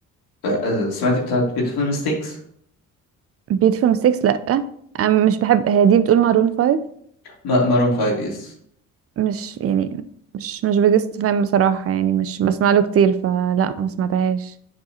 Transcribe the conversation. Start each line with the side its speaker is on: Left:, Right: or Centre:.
Left: ب... آه، سمعتي بتاعت بيوتيفول ميستيكس؟
Right: beautiful mistakes لأ أنا مش بحب هي دي بتقول maroon 5
Left: مارون فايف يس
Right: مش يعني مش مش بجست فاهم بصراحة يعني مش بسمع له كتير فلا ما سمعتهاش